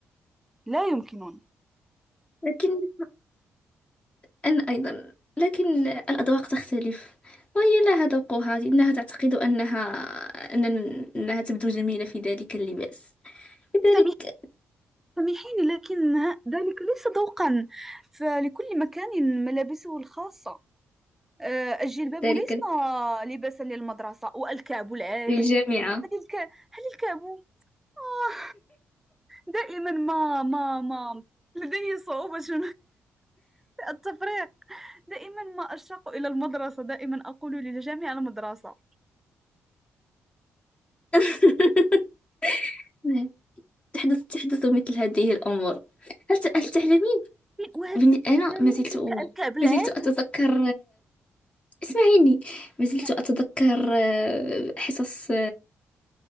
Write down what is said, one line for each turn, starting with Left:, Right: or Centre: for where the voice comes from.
Centre: لا يمكنني
Left: لكن أنا أيضا لكن الأذواق تختلف وهي لها ذوقها إنها تعتقد أنها أن أنها تبدو جميلة في ذلك اللباس لذلك
Centre: سمير سميحين لكن ذلك ليس ذوقا فلكل مكان ملابسه الخاصة آه، الجلباب
Left: ذلك
Centre: ليس لباسا للمدرسة والكعب العالي
Left: للجامعة
Centre: هل الك... هل الكعب آه، دائما ما ما ما لدي صعوبة <laughs> في التفريق دائما ما أشتاق إلى المدرسة دائما أقول للجميع المدرسة
Left: <laughs> نعم، تحدث تحدث مثل هذه الأمور هل ت- هل تعلمين
Centre: وهل
Left: بن-
Centre: تذكرين
Left: أنا ما زلت
Centre: تلك الكعب العالي
Left: ما زلت أتذكر اسمعيني ما زلت
Centre: مع
Left: أتذكر حصص